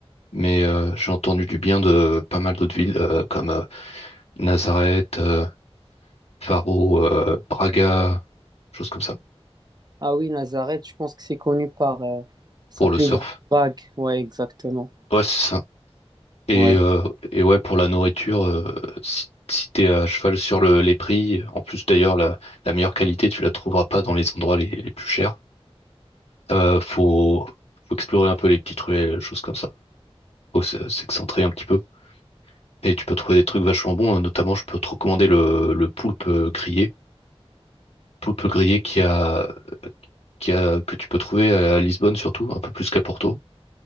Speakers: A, on the left; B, on the right.
A: mais euh, j'ai entendu du bien de pas mal d'autres villes euh, comme euh, Nazareth, euh, Faro, euh, Braga, choses comme ça
B: Ah oui, Nazareth, je pense que c'est connu par euh, sa
A: pour
B: plus
A: le surf.
B: grande vague. Ouais, exactement.
A: Ouais, c'est ça. Et,
B: Ouais.
A: euh, et ouais, pour la nourriture, euh, si, si t'es à cheval sur le- les prix, en plus d'ailleurs, la, la meilleure qualité, tu la trouveras pas dans les endroits les, les plus chers. Euh, faut, faut explorer un peu les petites ruelles, choses comme ça. Faut se- s'excentrer un petit peu. Et tu peux trouver des trucs vachement bons. Notamment, je peux te recommander le, le poulpe grillé. Poulpe grillé qui a, qui a, que tu peux trouver à Lisbonne surtout, un peu plus qu'à Porto,